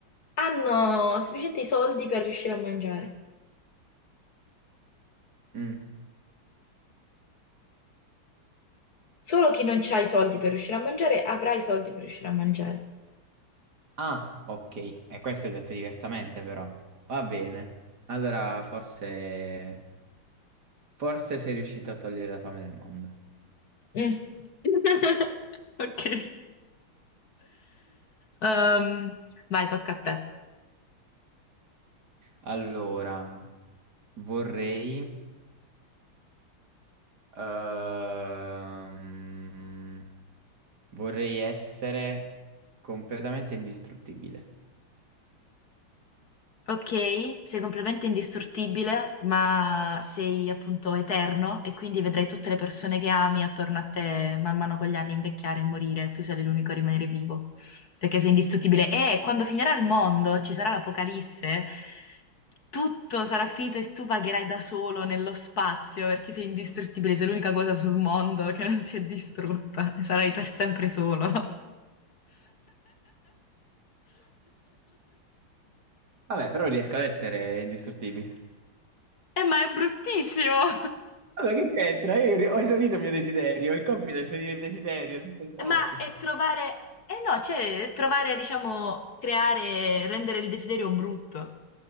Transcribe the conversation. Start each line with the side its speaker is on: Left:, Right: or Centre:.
Left: hanno sufficienti soldi per riuscire a mangiare.
Right: Mm.
Left: Solo chi non ha i soldi per riuscire a mangiare avrà i soldi per riuscire a mangiare.
Right: Ah, ok. E questo è detto diversamente, però. Va bene. Allora, forse... Forse sei riuscito a togliere la fame del mondo.
Left: Mm. <laughs> Ok. Ehm, vai, tocca a te.
Right: Allora, vorrei... ehm, vorrei essere completamente indistruttibile.
Left: Ok, sei completamente indistruttibile, ma sei appunto eterno e quindi vedrai tutte le persone che ami attorno a te man mano con gli anni invecchiare e morire, tu sarai l'unico a rimanere vivo, perché sei indistruttibile. E quando finirà il mondo, ci sarà l'apocalisse, tutto sarà finito e tu vagherai da solo nello spazio perché sei indistruttibile, sei l'unica cosa sul mondo che non si è distrutta, sarai per sempre solo. <laughs>
Right: Vabbè, però riesco ad essere indistruttibile.
Left: Eh, ma è bruttissimo! <laughs>
Right: Allora, che c'entra? Io ri- ho esaudito il mio desiderio. Il compito è esaudire il desiderio, senza intoppi.
Left: Ma è trovare... Eh no, cioè, è trovare, diciamo, creare, rendere il desiderio brutto.